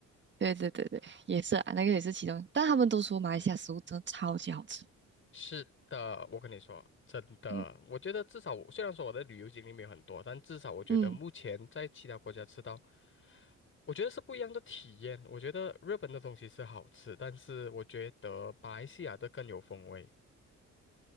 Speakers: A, on the right (about 40°); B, on the left (about 40°).
A: 对对对对，也是啊，那个也是其中，但他们都说马来西亚食物真的超级好吃，
B: 是的，我跟你说，真的，
A: 嗯
B: 我觉得至少我虽然说我的旅游经历没有很多，但至少我觉得目前在其他国家吃到，
A: 嗯。
B: 我觉得是不一样的体验。我觉得日本的东西是好吃，但是我觉得马来西亚的更有风味。